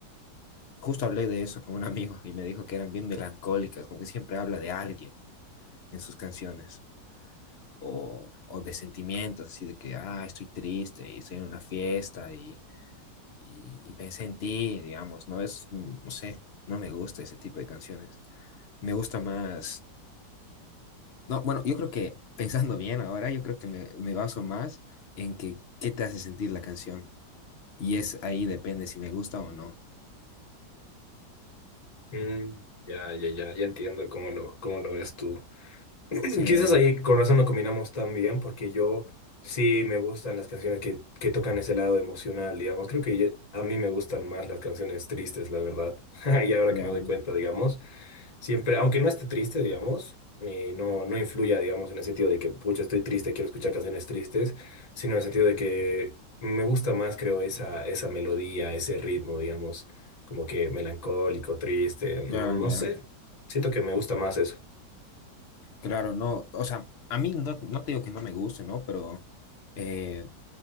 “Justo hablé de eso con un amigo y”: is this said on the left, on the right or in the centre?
Left